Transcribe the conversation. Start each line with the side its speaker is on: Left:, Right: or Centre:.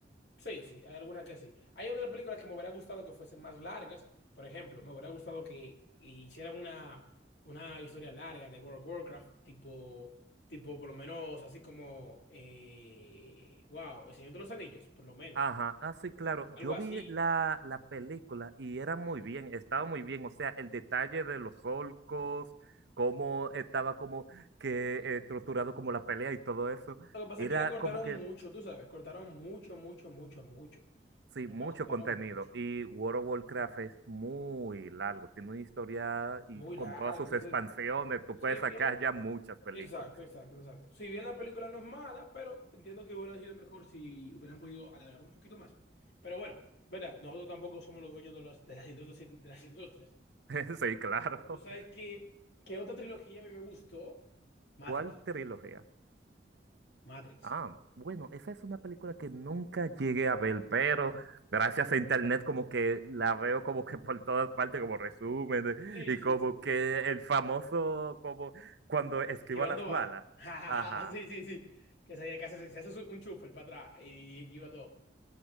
Left: sí, sí, hay alguna que sí. Hay otras películas que me hubiera gustado que fuesen más largas, por ejemplo, me hubiera gustado que hicieran una, una historia larga de World of Warcraft, tipo, tipo, por lo menos, así como, eh, wow, El Señor de los Anillos, por lo menos,
Right: Ajá, ah, sí, claro.
Left: algo
Right: Yo
Left: así.
Right: vi la, la película y era muy bien, estaba muy bien. O sea, el detalle de los solcos, cómo estaba como que eh, estructurado como la pelea y todo eso.
Left: Lo que pasa
Right: Era
Left: es que la cortaron
Right: como que,
Left: mucho, tú sabes, cortaron mucho, mucho, mucho, mucho.
Right: sí,
Left: La
Right: mucho
Left: cortaron
Right: contenido.
Left: mucho,
Right: Y World of Warcraft es muy largo, tiene una historia y
Left: muy
Right: con
Left: larga,
Right: todas sus
Left: entonces...
Right: expansiones, tú
Left: Sí,
Right: puedes sacar
Left: bien,
Right: ya muchas películas.
Left: Exacto, exacto, exacto. Si bien la película no es mala, pero entiendo que hubiera sido mejor si hubieran podido alargar un poquito más. Pero bueno, verá, nosotros tampoco somos los dueños de las, de las industrias, de las industrias.
Right: <laughs> Sí, claro.
Left: Tú sabes que, que otra trilogía a mí me gustó. Matrix,
Right: ¿Cuál trilogía?
Left: Matrix.
Right: Ah, bueno, esa es una película que nunca llegué a ver, pero gracias a internet como que la veo como que por todas partes, como resumen,
Left: Sí,
Right: y
Left: sí,
Right: como
Left: sí.
Right: que el famoso, como cuando esquiva
Left: Esquivando
Right: las balas.
Left: balas. <laughs>
Right: Ajá,
Left: Sí, sí, sí. Que se, que hace, se hace su- un chufa el para atrás y esquiva todo.